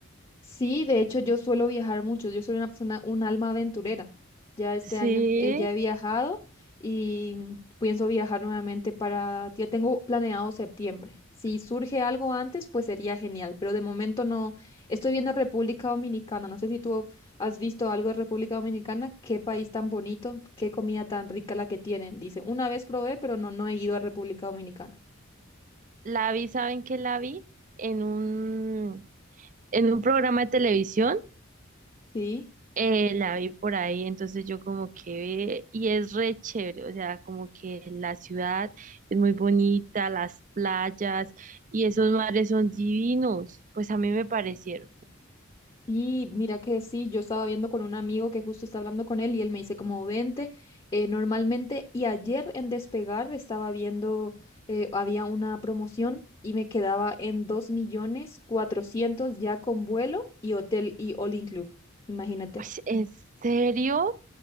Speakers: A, on the left; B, on the right.
A: Sí, de hecho yo suelo viajar mucho, yo soy una persona, un alma aventurera. Ya este
B: Sí,
A: año eh, ya he viajado y mm, pienso viajar nuevamente para, ya tengo planeado septiembre. Si surge algo antes, pues sería genial, pero de momento no. Estoy viendo República Dominicana, no sé si tú has visto algo de República Dominicana, qué país tan bonito, qué comida tan rica la que tienen, dice. Una vez probé, pero no, no he ido a República Dominicana.
B: la vi, ¿saben qué la vi? En un, en un programa de televisión
A: Sí.
B: Eh, la vi por ahí, entonces yo como que, y es re chévere, o sea, como que la ciudad es muy bonita, las playas y esos mares son divinos, pues a mí me parecieron.
A: Sí, mira que sí, yo estaba viendo con un amigo que justo está hablando con él y él me dice como 20 eh, normalmente y ayer en Despegar estaba viendo, eh, había una promoción y me quedaba en dos millones cuatrocientos ya con vuelo y hotel y all inclusive, imagínate.
B: Pues, ¿en serio?